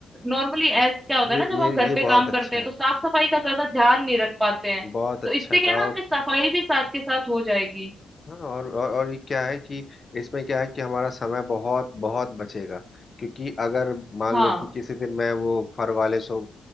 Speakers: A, on the right; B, on the left.
A: नॉर्मली ऐसा क्या होता
B: ये
A: है ना जब
B: ये
A: हम घर
B: ये
A: पे काम
B: बहुत अच्छा
A: करते हैं
B: है
A: तो साफ सफाई का ज्यादा ध्यान नहीं रख पाते हैं
B: बहुत अच्छा
A: तो इससे क्या
B: का
A: है ना आपकी
B: और
A: सफाई भी साथ के साथ हो जाएगी
B: हाँ और, और और ये क्या है कि इसमें क्या है कि हमारा समय बहुत बहुत बचेगा क्योंकि अगर मान
A: हाँ
B: लो कि किसी दिन मैं वो फर वाले सो